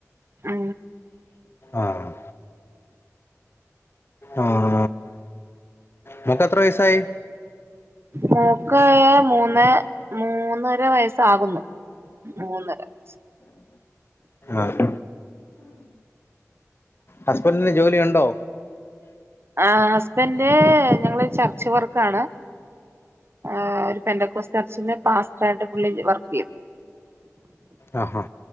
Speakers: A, on the right; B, on the left.
A: ആ
B: ആഹ ആഹ മോൾക് എത്ര വയസായി
A: മോൾക് മൂന്ന് മൂന്നര വയസ്സാകുന്നു മൂന്നര വയസ്
B: ആഹ ഹസ്ബൻറ്റിന് ജോലി ഉണ്ടോ
A: ആ ഹസ്ബൻഡന്റെ ഞങ്ങളരു ചർച്ച് വർക്കാണ് ആ ഒരു പെറക്കോസ് ചർച്ചിന് പാസ്റ്റർ ആയിട്ട് പുള്ളി വർക്ക് ചെയ്യും
B: ആ ഹാ